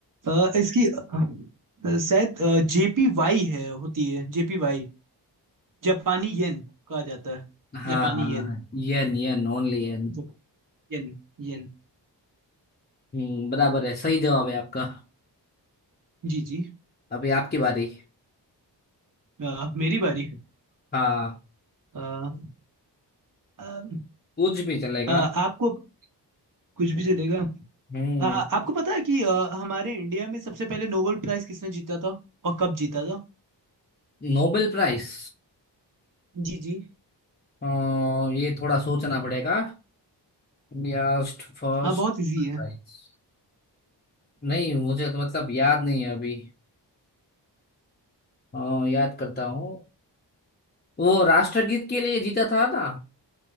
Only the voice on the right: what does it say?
अ, इसकी अ, अ, शायद जेपी वाई है होती है जेपी वाई जापानी येन कहा जाता है
जापानी येन
जाप, येन येन
जी जी
अ, मेरी बारी
अ, अ,
अ, आपको कुछ भी चलेगा
अ, आपको पता है कि अ, हमारे इंडिया में सबसे पहले नोबेल प्राइज किसने जीता था और कब जीता था
जी जी
हाँ बहुत इजी
है